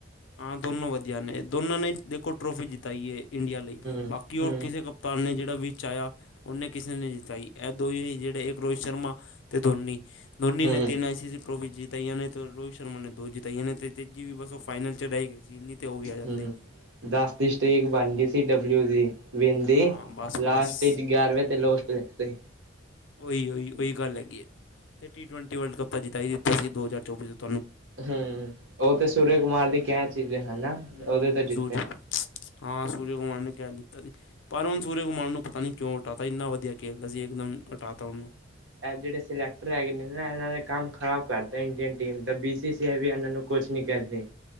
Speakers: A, on the left; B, on the right.
A: ਹਾਂ। ਦੋਨੋਂ ਵਧੀਆ ਨੇ, ਦੋਨਾਂ ਨੇ ਦੇਖੋ ਟਰੋਫੀ ਜਿਤਾਈ ਹੈ ਇੰਡੀਆ ਲਈ,
B: ਹੂੰ,
A: ਬਾਕੀ ਹੋਰ
B: ਹੂੰ,
A: ਕਿਸੇ ਕੱ ਤਾਨ ਨੇ ਜਿਹੜਾ ਵਿਚ ਆਇਆ ਉਹਨੇ ਕਿਸੇ ਨੇ ਜਿਤਾਈ ਇਹ ਦੋ ਹੀ ਨੇ ਜਿੜੇ ਇੱਕ ਰੋਹਿਤ ਸ਼ਰਮਾ ਤੇ ਧੋਨੀ। ਧੋਨੀ
B: ਹੂੰ,
A: ਨੇ ਤਿੰਨ ਆਈ ਸੀਸੀ ਟਰੋਫੀ ਜਿਤਾਈ ਨੇ ਤੇ ਰੋਹਿਤ ਸ਼ਰਮ ਨੇ ਦੋ ਜਿਤਾਈਆਤੇ ਤੇ ਜਜੀ ਵੀ ਬੱਸ ਫਾਈਨਲ ਚੜ੍ਹਾਈ ਗਈ ਸੀ ਇੰਨੀ ਤੇ ਉਹ ਵੀ ਆ ਜਾਂਦੀ।
B: ਹੂੰ। ਦਸ ਦੀ ਸਟੀਕ ਬਣ ਗਈ ਸੀ ਡਬਲਿਊ ਦੀ। ਬਿੰਦੀ
A: ਹਾਂ ਬਸ
B: ਲਾਸਟ
A: ਬਸ
B: ਵਿੱਚ ਗਿਆਰਵੇਂ ਤੇ ਲੋਸਟ ਦਿੱਤਾ ਈ।
A: ਉਹੀ-ਉਹੀ ਉਹੀ ਗੱਲ ਹੈਗੀ ਹੈ ਤੇ ਟੀ ਟਵੈਂਟੀ ਵਰਲਡ ਕੱਪ ਤਾਂ ਜਿਤਾਈ ਦਿੱਤਾ ਸੀ ਦੋ ਹਜ਼ਾਰ ਚੌਵੀ ਤੋ।
B: ਹਮ ਉਹ ਤੇ ਸੂਰਜ ਕੁਮਾਰ ਦੀ ਕੈਚ ਇਚ ਏ ਹਨਾ।
A: ਹੂੰ-ਹੂੰ
B: ਉਹਦੇ ਤੋਂ ਜਿੱਤੇ।
A: ਸੂਰਜ ਹਾਂ ਸੂਰਜ ਕੁਮਾਰ ਨੇ ਕੈਚ ਲਿੱਤਾ ਸੀ। ਪਰ ਹੁਣ ਸੂਰਜ ਕੁਮਾਨ ਨੂੰ ਪਤਾ ਨੀ ਕਿਉ ਹਟਾ ਤਾ ਇੰਨਾ ਵਧੀਆ ਖੇਲਦਾ ਸੀ ਇੱਕਦਮ ਹਟਾ ਤਾ ਉਹਨੂੰ।
B: ਏਹ ਜੇੜੇ ਸਿਲੈਕਟਰ ਹੈਗੇ ਨੇ ਨਾ ਇਹਨਾਂ ਨੇ ਕੰਮ ਖ਼ਰਾਬ ਕਰਤਾ ਇੰਡੀਅਨ ਟੀਮ ਦਾ ਬੀ ਸੀ ਸੀ ਆ ਵੀ ਇਹਨਾਂ ਨੂੰ ਕੁਛ ਨੀ ਕਰਦੀ।